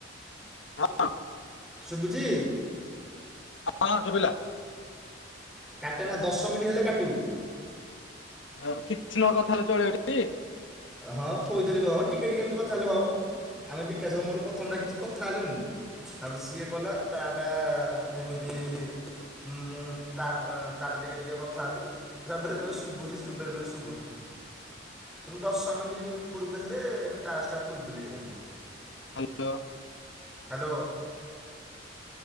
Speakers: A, on the left; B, in the centre.
A: ହଁ।
B: ଶୁଭୁଚି।
A: ହଁ ଶୁଭିଲା।
B: କାଟେ ନା ଦଶ ମିନିଟ ହେଲେ କାଟିବୁ।
A: ଆଉ କିଛି ନ କଥା ହେଲେ ଚଳିବ ଟି।
B: ହଁ ଥୋଇଦେଲେ ବି ହବ ଟିକେ ଟିକେ ଏମିତି କଥା ହେଲେ ହବ, ଆମେ ବିକାଶର ମୋର ପ୍ରଥମ ଟା କିଛି କଥା ହେଲୁନି ତାପରେ ସିଏ କଲା ତାଟା ସେମିତି ମୁଁ ତାଟା ଟିକେ ଟିକେ କଥା ହେଲୁ ସବେଳେଳେ ଶୁଭୁଛି ବେଳେବେଳେ ଶୁଭୁନି ଶୁଭୁନି। ଦଶ ମିନିଟ୍ ପୂର୍ବ ହେଲେ ଟାସ୍କ ଫୁଲଫୁଲି ହେଇଯାଉଛି।
A: ହ୍ୟାଲୋ।
B: ହ୍ୟାଲୋ।